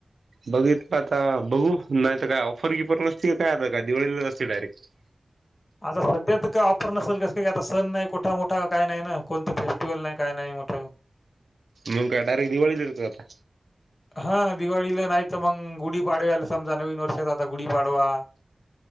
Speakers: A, on the right (about 80°); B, on the left (about 40°).
A: बघितल आता बघू नाही तर काय ऑफर बिफर नस्ती का काय आता काय दिवाळीलाच असते डायरेक्ट
B: आता सध्या तर काय ऑफर नसेल कसली काय आता सण नाही कोठा मोठा काही नाही ना कोणतं फेस्टिवल नाही काय नाही मोठ
A: मग काय डायरेक्ट दिवाळीतच येतो आता
B: हा दिवाळीला नाही तर मग गुढीपाडव्याला समजा नवीन वर्षाचा आता गुढीपाडवा